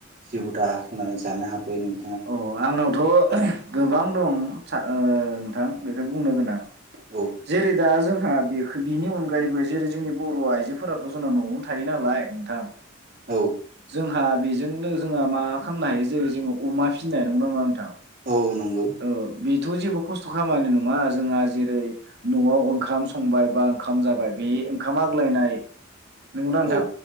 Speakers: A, on the right; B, on the right.
A: जिउ राहा खुंनानै जानो हाबैयो नों
B: अ आंनावथ' गोबां दं। ओ नोंथां बेखौ बुंनो गोनां
A: औ
B: जेरै दा जोंहा बेख बिनि अनगायैबो जेरै जोंनि बर' आइजोफोराथ' जोंना न'आवनो थायो नालाय नोंथां
A: औ
B: जों आ बेजोंनो जोंहा मा खामनो हायो जेरै जोंङो अमा फिसिनाय नंगौना नाङा नोंथां?
A: औ औ नंगौ।
B: औ बेथ' जेबो खस्थ' खामानि नङा जोंहा जेरै न'आव ओंखाम संबाय बा ओंखाम जाबाय बे ओंखाम आग्लायनाय नंगौना नोंथां?
A: औ